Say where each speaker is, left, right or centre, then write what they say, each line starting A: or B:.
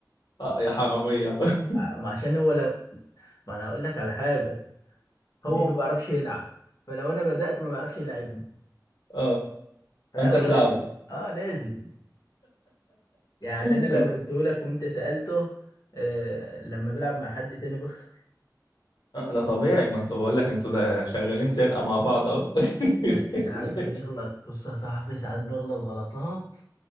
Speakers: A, on the left; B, on the left.
A: اه يا حراميه <laughs>
B: ع- ما عشان هو لو ما انا اقول لك على حاجة هو
A: مم.
B: ما بيعرفش يلعب فلو انا بدأت ما بيعرفش يلعبني
A: اه
B: فهو
A: فانت تلعبه
B: لازم اه لازم يعني
A: <laughs>
B: انا لو جبته لك وانت سألته آه، لما بيلعب مع حد تاني بيخسر
A: آه، ده طبيعي ما انتوا بقول لك انتوا ده شغالين سرقه مع بعض اهو <laughs>
B: بس ساعات بيغلط بص يا صاحبي ساعات بيغلط غلطات